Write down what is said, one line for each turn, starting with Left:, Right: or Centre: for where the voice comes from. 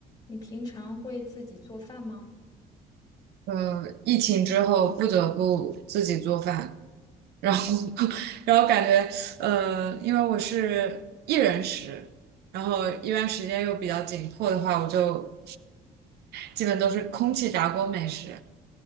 Left: 你平常会自己做饭吗？
Right: 呃，疫情之后不得不自己做饭，然后 <laughs> 然后感觉呃，因为我是一人食，然后一般时间又比较紧迫的话，我就基本都是空气炸锅美食。